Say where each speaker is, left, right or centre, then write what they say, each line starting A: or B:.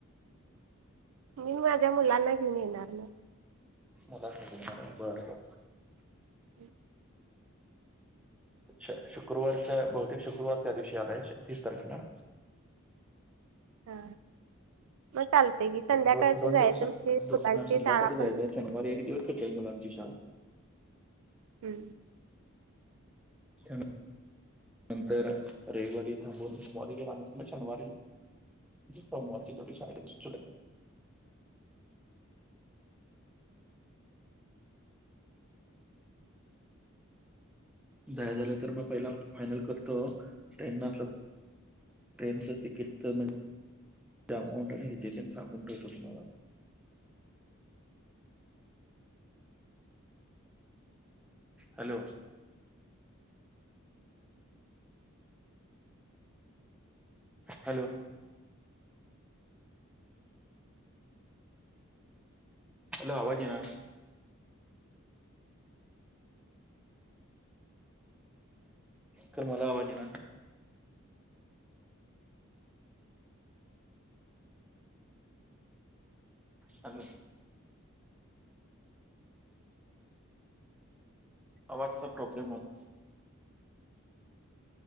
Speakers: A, on the right; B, in the centre.
A: मी माझ्या मुलांना घेऊन येणार मग
B: मुलासनी घेऊन येणार होय, बरबर.
A: हम्म
B: श शुक्रवारचं, बहुतेक शुक्रवार त्या दिवशी आलाय, तीस तारखेला.
A: हा मग चालतय की, संध्याकाळच
B: एक दो दोन
A: जायचं
B: दिवस
A: म्हणजे मुलांची
B: हा संध्याकाळच
A: शाळा पण
B: जायचंय शनिवारी एक दिवस चुकतंय, मुलांची शाळा.
A: हम्म
B: त्या <unintelligible> नंतर रविवारी थांबून, सोमवारी गेला तरी शनिवारी सोमवारची तेवढी शाळा <unintelligible> जायचं झालं तर मग पहिला फायनल करतो, ट्रेननं असलं त ट्रेनचं टिकीटचं म्हण जे, अमाऊंट आणि हेज तेन सांगून ठेवतो तुम्हाला. हॅलो हॅलो हॅलो, आवाज येईना. खरं मला आवाज येईना. हॅलो आवाजचा प्रॉब्लेम व्हाला